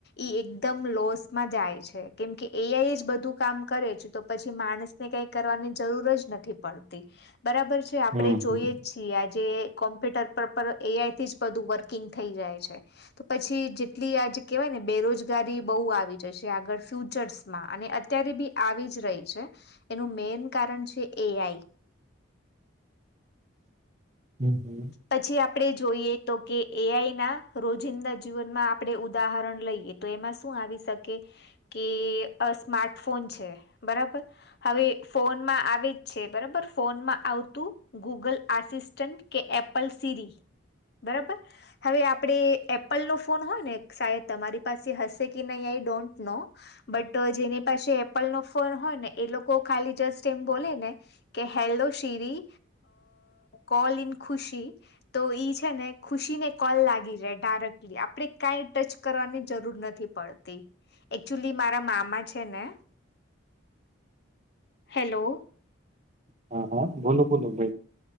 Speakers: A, on the left (about 55°); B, on the right (about 35°).
A: ઈ એકદમ લોસમાં જાય છે કેમ કે એઆઈ જ બધું કામ કરે છે તો પછી માણસને કઈ કરવાની જરૂર જ નથી પડતી બરાબર છે. આપણે
B: હમ
A: જોઈએ છીએ આજે જે કોમ્પ્યુટર પર પણ એઆઈથી જ બધું વર્કિંગ થઈ જાય છે તો પછી જેટલી આજ કહેવાય ને બેરોજગારી બહુ આવી જાય છે આગળ ફ્યુ ર્ચસમાં અને અત્યારે બી આવી જ રહી છે એનું મેન કારણ છે એઆઈ
B: હમ હમ
A: પછી આપણે જોઈએ તો કે એઆઈ ના રોજિંદા જીવનમાં આપણે ઉદાહરણ લઈએ તો એમાં શું આવી શકે કે સ્માર્ટફોન છે બરાબર હવે ફોનમાં આવે જ છે બરાબર ફોનમાં આવતું ગૂગલ આસિસ્ટન્ટ કે એપ એપલ સીરી બરાબર હવે આપણે એપલનો ફોન હોય ને સાહે તમારી પાસે હશે કે નહીં આઈ ડોન્ટ નો બટ જેની પાસે એપલનો ફોન હોય ને એ લોકો ખાલી જસ્ટ એમ બોલે ને કે hello Siri call in Khushi તો ઈ છે ને ખુશી ને કોલ લાગી જાય ડાયરેક્ટલી આપણે કાઈ ટચ કરવાની જરૂર નથી પડતી એકચુલી મારા મામા છે ને હેલો
B: હા હા બોલો બોલો બેન